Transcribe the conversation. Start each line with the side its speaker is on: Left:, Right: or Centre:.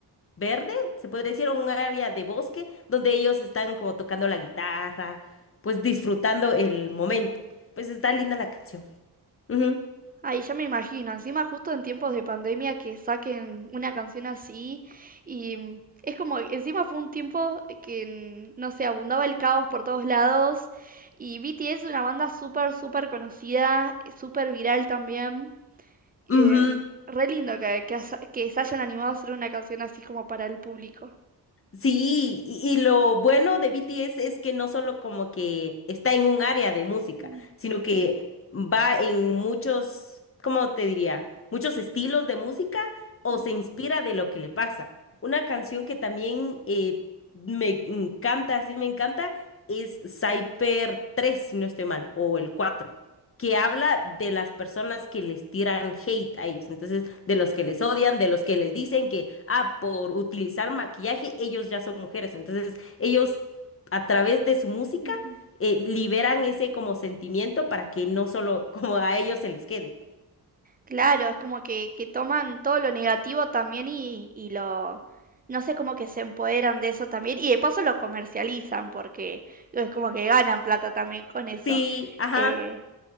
Left: verde, se podría decir, o un área de bosque donde ellos están como tocando la guitarra, pues disfrutando el momento. Pues está linda la canción. Ujú,
Right: Ay, ya me imagino, encima justo en tiempos de pandemia que saquen una canción así y mm, es como, encima fue un tiempo que, mm, no sé, abundaba el caos por todos lados y BTS es una banda súper, súper conocida, eh, súper viral también. eh,
Left: ujú.
Right: re lindo que, que haya- que se hayan animado a hacer una canción así como para el público.
Left: Sí, y, y lo bueno de BTS es que no solo como que está en un área de música,
Right: Mm,
Left: sino que va en muchos, ¿cómo te diría? Muchos estilos de música o
Right: mm,
Left: se inspira de lo que le pasa. Una canción que también eh, me encanta, sí me encanta, es Cyper tres si no estoy mal, o el cuatro que habla de las personas que les tiran hate a ellos, entonces de los que les odian, de los que les dicen que, ah, por utilizar maquillaje, ellos ya son mujeres, entonces ellos a través de su música
Right: mm.
Left: eh, liberan ese como sentimiento para que no solo <laughs> como a ellos se les quede.
Right: Claro, es como que, que toman todo lo negativo también y, y lo, no sé, como que se empoderan de eso también y de paso lo comercializan porque es como que ganan plata también con eso.
Left: Sí, ajá,
Right: Eh,